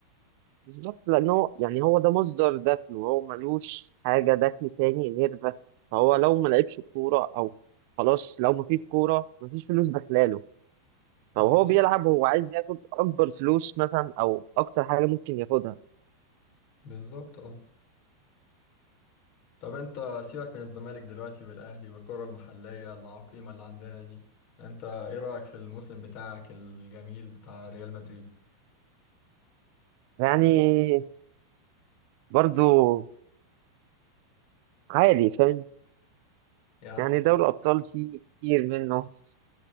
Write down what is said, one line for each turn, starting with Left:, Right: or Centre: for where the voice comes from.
Right: بالظبط لأن هو يعني هو ده مصدر دخله هو ملوش حاجة دخل تاني غير ده فهو لو ما لعبش كورة أو خلاص لو ما فيش كورة ما فيش فلوس داخلاله فهو
Left: بالظبط
Right: بيلعب هو عايز ياخد أكبر فلوس مثلا أو أكتر حاجة ممكن ياخدها
Left: بالظبط اه طب انت سيبك من الزمالك دلوقتي والاهلي والكرة المحلية العقيمة اللي عندنا دي انت ايه رأيك في الموسم بتاعك الجميل بتاع ريال مدريد
Right: يعني برضو عادي فاهم
Left: يا عم
Right: يعني دوري الأبطال فيه كتير منه <laughs>